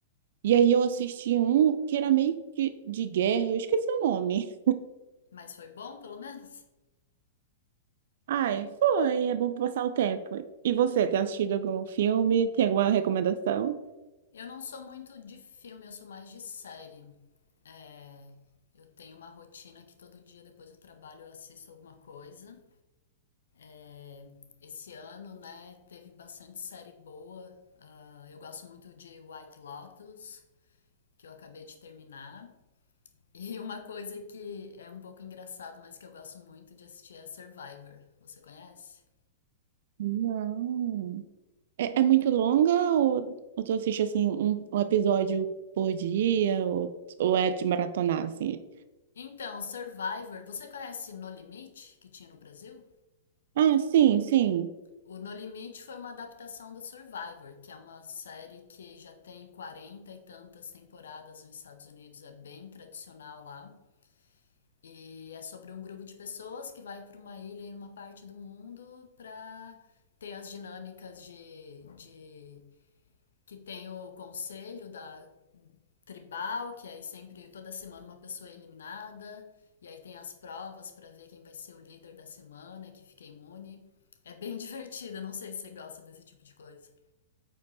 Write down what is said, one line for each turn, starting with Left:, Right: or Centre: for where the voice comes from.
Right: E aí eu assisti um que era meio que de guerra, eu esqueci o nome.
Left: Mas foi bom, pelo menos?
Right: Ai, foi. É bom passar o tempo. E você, tem assistido algum filme? Tem alguma recomendação?
Left: Eu não sou muito de filme, eu sou mais de série. É, eu tenho uma rotina que todo dia depois do trabalho eu assisto alguma coisa. É, Esse ano, né, teve bastante série boa. Ah, eu gosto muito de White Lotus, que eu acabei de terminar. E uma coisa que é um pouco engraçado, mas que eu gosto muito de assistir é Survivor. Você conhece?
Right: Não. É, é muito longa ou, ou tu assiste assim um, um episódio por dia ou, ou é de maratonar assim?
Left: Então, Survivor, você conhece No Limite, que tinha no Brasil?
Right: Ah, sim, sim.
Left: O No Limite foi uma adaptação do Survivor, que é uma série que já tem 40 e tantas temporadas nos Estados Unidos, é bem tradicional lá. E é sobre um grupo de pessoas que vai para uma ilha em uma parte do mundo para ter as dinâmicas de, de que tem o conselho da tribal, que aí sempre, toda semana, uma pessoa é eliminada. E aí tem as provas para ver quem vai ser o líder da semana e que fica imune. É bem <laughs> divertida, não sei se você gosta desse tipo de coisa.